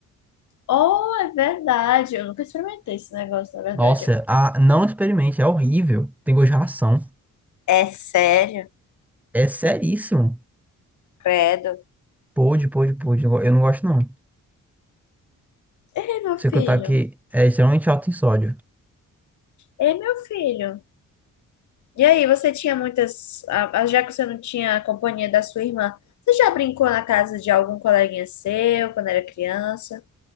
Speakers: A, on the left (about 65°); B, in the centre.
A: Oh, é verdade. Eu nunca experimentei esse negócio, na verdade.
B: Nossa, ah, não experimente, é horrível. Tem gosto de ração.
A: É sério?
B: É seríssimo.
A: Credo.
B: Pode, pode, pode. Eu go- eu não gosto, não.
A: Ei, meu
B: Sei
A: filho.
B: que eu tá aqui, é extremamente alto em sódio.
A: Ei, meu filho. E aí, você tinha muitas. ah, Já que você não tinha a companhia da sua irmã, você já brincou na casa de algum coleguinha seu quando era criança?